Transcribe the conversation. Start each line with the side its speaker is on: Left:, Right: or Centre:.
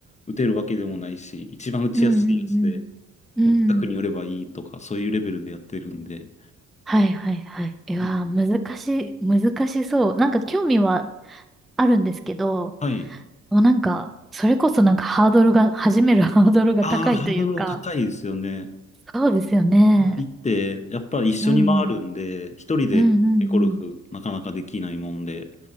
Left: 打てるわけでもないし、一番打ちやすいやつで、
Centre: うんうんうん。
Left: もう近くに寄ればいいとか、
Centre: うん。
Left: そういうレベルでやってるんで、
Centre: はいはいはい。いやー、
Left: うん、
Centre: 難しい、難しそう。なんか興味はあるんですけど、
Left: はい。
Centre: もうなんか、それこそなんかハードルが、始める <laughs> ハードルが高いというか、
Left: ああ、ハードルは高いですよね。
Centre: そうですよね。
Left: 行って、やっぱり一緒に回るんで、
Centre: うん。
Left: 一人でゴルフなかなかできないもんで、
Centre: うんうんうん。